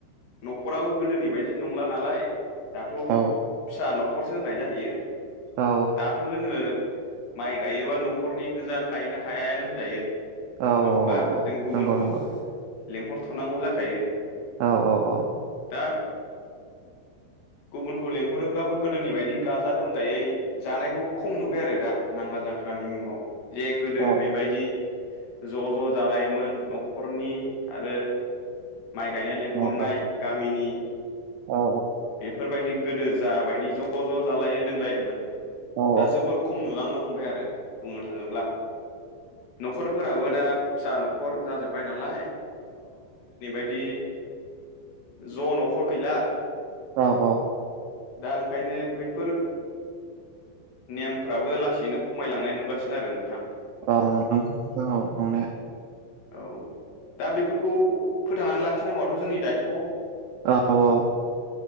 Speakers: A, on the left; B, on the right.
A: न'खराबो गोदोनि बायदि नंला नालाय दाथ'
B: औ
A: फिसा न'ख खरसो होनाय जाहैयो
B: औ
A: दाथ' जोङो माइ गायोबा न'खरनि गोजा गायनो हायानो होन जायो
B: औ
A: नङा
B: औ
A: होमबा?
B: औ औ
A: जों गुबुनखौ
B: नंगौ नंगौ
A: लेंहरथ'नांगौ जाखायो
B: औ औ औ
A: दा गुबुनखौ लेंंहरोब्लाबो गोदोनि बायदि गाजा गोमजायै जानायखौ खम नुबाय आरो दा नांगाल जांख्रानि मुङाव । जे गोदो
B: औ
A: बेबायदि ज' ज' जा लायोमोन न' खरनि आरो माइ गायनो लिंहरनाय
B: औ औ
A: गामिनि
B: औ
A: बेफोरबायदि गोदो जाबायदि ज' ज' जालायो लोंलायोमोन
B: औ
A: दा जोबोद खम नुलांनो हम हमबाय आरो बुंनो थाङोब्ला न'खरफोराबो दा फिसा न'खर जाजोब्बाय नालाय बिदि ज' न'खर गैला
B: औ औ
A: दा ओंखायनो बैफोर नेमफ्राबो लासैनो खमायलांनाय नुगासिनो आरो नोंथां ।
B: औ नों <unintelligible> औ नंनाया
A: औ दा बेफोरखौ फोथांनानै लाखिनांगौआथ' जोंनि दायथ'
B: औ औ